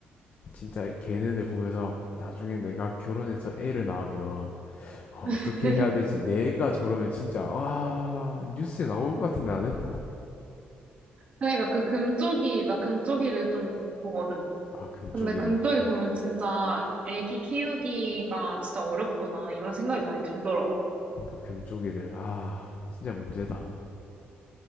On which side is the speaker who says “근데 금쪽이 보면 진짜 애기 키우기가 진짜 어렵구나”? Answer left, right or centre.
Right